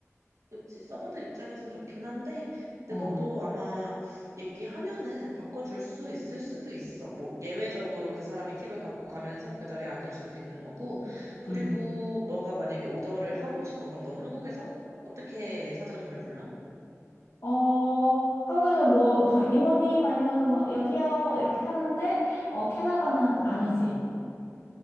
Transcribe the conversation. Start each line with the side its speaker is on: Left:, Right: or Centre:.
Right: 그치, 서버들 입장에선 좋긴 한데, 근데
Left: 어,
Right: 너도 아마 얘기하면은 바꿔줄 수 있을 수도 있어. 뭐, 예외적으로 그 사람이 팁을 갖고 가면서 그 자리에 앉을 수도 있는 거고, 그리고
Left: 음.
Right: 너가 만약에 오더를 하고 싶어. 그럼 넌 한국에서 어떻게 사장님을 불러?
Left: 어, 한국에서 뭐, <laughs> 이모님 아니면 뭐, 여기요, 이렇게 하는데, 어, 캐나다는 아니지.